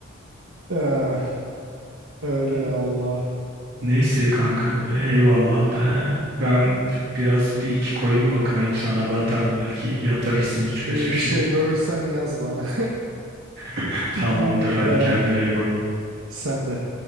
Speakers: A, on the right; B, on the right.
A: Ee, öyle
B: E,
A: ya Allah.
B: Neyse kanka eyvallah ben ben biraz bir iki koyun bakınayım sana da atarım belki yatırırsın üç
A: İyi
B: beş bir şey.
A: bir şey görürsen yaz bana.
B: <laughs> Tamamdır
A: <laughs>
B: hadi
A: Ee,
B: kendine iyi bak.
A: sen de.